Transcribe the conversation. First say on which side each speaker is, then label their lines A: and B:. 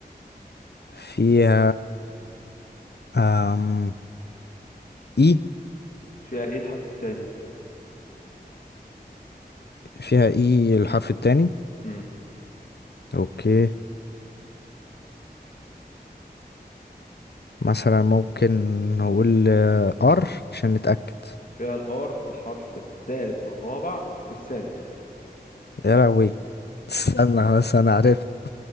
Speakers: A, on the left; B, on the left.
A: فيها أم... اي
B: فيها ايه الحرف التاني
A: فيها اي الحرف التاني
B: مم.
A: اوكي مثلا ممكن نقول ار عشان نتأكد
B: فيها الار الحرف التالت والرابع والسادس
A: يا لهوي استنى خلاص انا عرفت